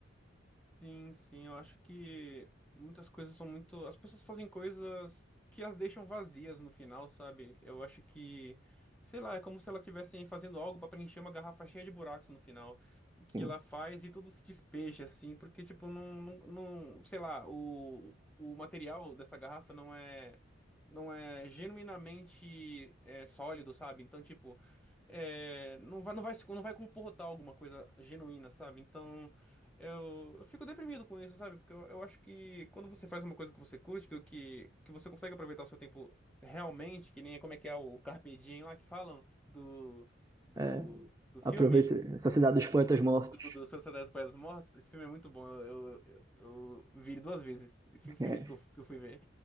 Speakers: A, in the centre; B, on the right (about 15°).
A: Sim, sim, eu acho que muitas coisas são muito. As pessoas fazem coisas que as deixam vazias no final, sabe? Eu acho que, sei lá, é como se elas estivessem fazendo algo pra preencher uma garrafa cheia de buracos no final, que
B: Assim,
A: ela faz e tudo se despeja, assim, porque, tipo, não, não, não- sei lá, o, o material dessa garrafa não é, não é genuinamente é, sólido, sabe? Então, tipo, é, não vai, não vai, se- não vai comportar alguma coisa genuína, sabe? Então. Eu, eu fico deprimido com isso, sabe? Porque eu, eu acho que quando você faz uma coisa que você curte, que, que, que você consegue aproveitar o seu tempo realmente, que nem como é que é o Carpe Diem lá que falam do, do,
B: é,
A: do
B: aproveita.
A: filme
B: Sociedade dos Poetas Mortos.
A: do, do Sociedade dos Poetas Mortos. Esse filme é muito bom. Eu, eu, eu vi ele duas vezes. e Fico feliz
B: É,
A: que eu, que eu fui ver.